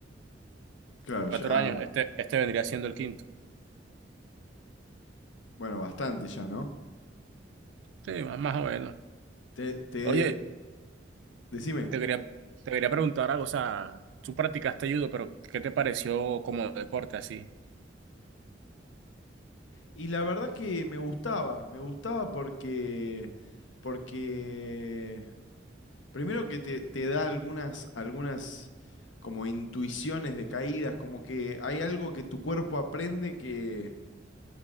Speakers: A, on the left (about 85°); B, on the right (about 75°).
A: Claro,
B: cuatro
A: ya,
B: años, este, este vendría siendo el quinto.
A: bueno, bastante ya, ¿no?
B: Sí, más, más o menos.
A: Te, te,
B: Oye,
A: decime.
B: te quería, te quería preguntar algo, o sea, tú practicaste judo, pero ¿qué te pareció como deporte así?
A: Y la verdad que me gustaba, me gustaba porque, porque Primero que te, te da algunas, algunas como intuiciones de caídas, como que hay algo que tu cuerpo aprende que